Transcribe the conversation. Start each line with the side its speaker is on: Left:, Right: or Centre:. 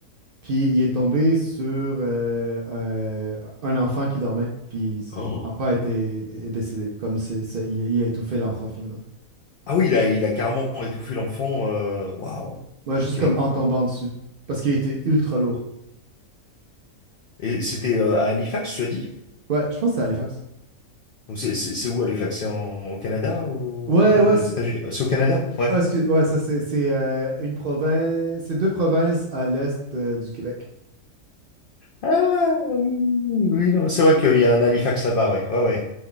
Right: puis il est tombé sur euh, euh, un enfant qui dormait. Puis
Left: Oh.
Right: l'enfant était, est décédé. Comme c'est, c'est- il, il a étouffé l'enfant finalement.
Left: Ah oui, il a, il a carrément étouffé l'enfant. euh, Waouh.
Right: Ouais,
Left: Ok.
Right: juste comme en tombant dessus. Parce qu'il était ultra lourd.
Left: Et c'était euh, à Halifax, tu as dit?
Right: Ouais, je pense que c'est Halifax.
Left: Donc c'est c'est- c'est où Halifax? C'est en- au Canada ou
Right: Ouais,
Left: non,
Right: ouais.
Left: aux
Right: c'est-
Left: États-Unis? C'est au Canada? Ouais.
Right: ah, excuse, ouais, ça c'est c'est, euh, une province. C'est deux provinces à l'est euh, du Québec.
Left: Ah oui, oui, oui, oui, non, c'est vrai qu'il y a un Halifax là-bas, ouais, ouais, ouais.